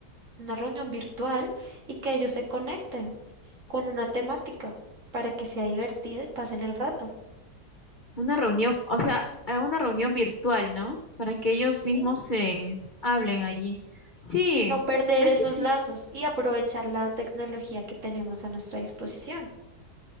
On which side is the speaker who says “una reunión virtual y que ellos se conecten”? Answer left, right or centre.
Right